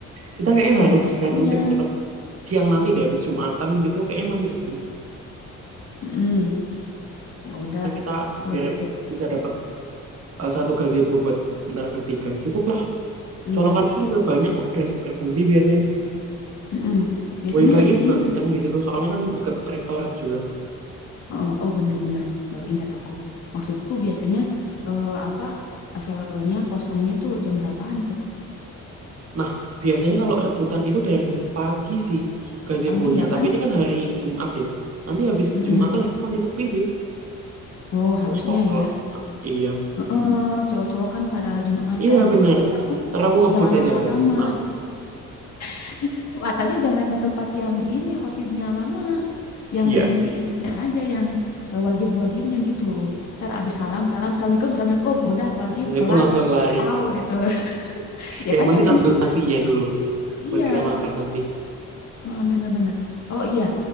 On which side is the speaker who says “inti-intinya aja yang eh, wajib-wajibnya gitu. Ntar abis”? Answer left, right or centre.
Left